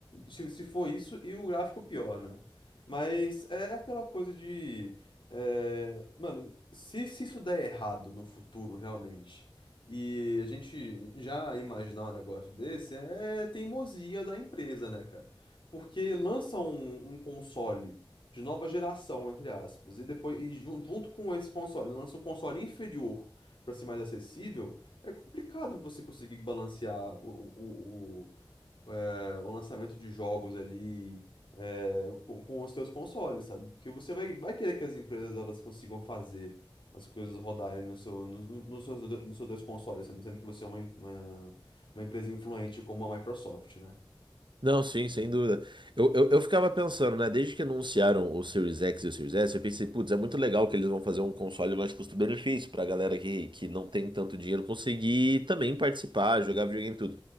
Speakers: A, on the left; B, on the right.
A: Se, se for isso e o gráfico pior, né? Mas é aquela coisa de. é, mano, se, se isso der errado no futuro, realmente, e a gente já imaginar um negócio desse, é teimosia da empresa, né, cara? Porque lança um um console de nova geração, entre aspas. E depois, e jun- junto com esse console, lança um console inferior para ser mais acessível. É complicado você conseguir balancear o, o, o, o, é, o lançamento de jogos ali é, com, com os seus consoles, sabe? Porque você vai, vai querer que as empresas elas consigam fazer as coisas rodarem no seu, nos no, nos seus, do- nos seus dois consoles, sendo sendo que você é uma, em- uma, uma empresa influente como a Microsoft, né?
B: Não, sim, sem dúvida. Eu, eu, eu ficava pensando, né? Desde que anunciaram o Series X e o Series S, eu pensei, putz, é muito legal que eles vão fazer um console mais custo-benefício pra galera que, que não tem tanto dinheiro conseguir também participar, jogar videogame e tudo.